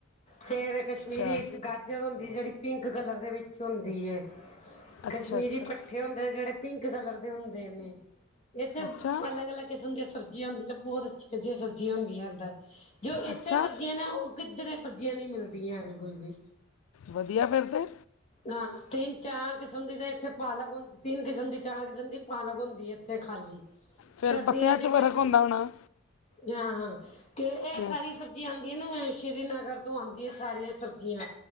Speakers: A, on the left; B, on the left.
A: ਫੇਰ ਕਸ਼ਮੀਰੀ
B: ਅੱਛਾ
A: ਗਾਜਰ ਹੁੰਦੀ ਜੇਹੜੀ ਪਿੰਕ ਕੱਲਰ ਦੇ ਵਿੱਚ ਹੁੰਦੀ ਏ। ਕਸ਼ਮੀਰੀ
B: ਅੱਛਾ ਅੱਛਾ
A: ਪੱਠੇ ਹੁੰਦੇ ਜੇਹੜੇ ਪਿੰਕ ਕਲਰ ਦੇ ਹੁੰਦੇ ਨੇ। ਏਥੇ
B: ਅੱਛਾ
A: ਅਲੱਗ-ਅਲੱਗ ਕਿਸਮ ਦੀਆਂ ਸਬਜੀਆਂ ਹੁੰਦੀਆਂ, ਬਹੁਤ ਅੱਛੀਆ-ਅੱਛੀਆਂ ਸਬਜੀਆਂ ਹੁੰਦੀਆਂ ਇੱਦਾਂ। ਜੋ ਇੱਥੇ
B: ਅੱਛਾ
A: ਸਬਜੀਆਂ ਨੇ ਉਹ ਕਿੱਧਰੇ ਸਬਜ਼ੀਆਂ ਨੀਂ ਮਿਲਦੀਆਂ, ਬਿਲਕੁਲ ਵੀ।
B: ਵਦੀਆ ਫਿਰ ਤੇ।
A: ਹਾਂ, ਤਿੰਨ-ਚਾਰ ਕਿਸਮ ਦੀ ਤੇ ਇੱਥੇ ਪਾਲਕ ਹੁੰਦੀ ਤਿੰਨ ਕਿਸਮ ਦੀ ਚਾਰ ਕਿਸਮ ਦੀ ਪਾਲਕ ਹੁੰਦੀ ਏ ਇੱਥੇ ਖਾਲੀ।
B: ਫਿਰ
A: ਸਰਦੀਆਂ
B: ਪੱਤਿਆਂ
A: ਚ ਕੋਈ
B: ਫਰਕ
A: ਚੀ
B: ਹੁੰਦਾ ਹੋਣਾ
A: ਹਾਂ-ਹਾਂ ਤੇ ਐਹ
B: ਯੈਸ
A: ਸਾਰੀ ਸਬ ਜੀਆਂ ਆਂਦੀਆਂ ਨਾ ਸ਼੍ਰੀਨਗਰ ਤੋਂ ਆਂਦੀਆਂ ਸਾਰੀਆਂ ਸਬਜੀਆਂ,